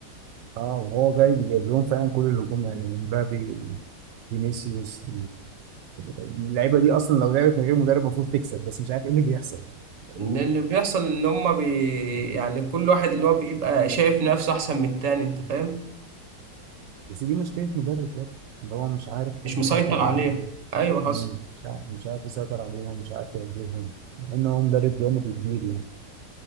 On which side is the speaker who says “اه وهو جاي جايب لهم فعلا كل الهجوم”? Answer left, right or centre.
Right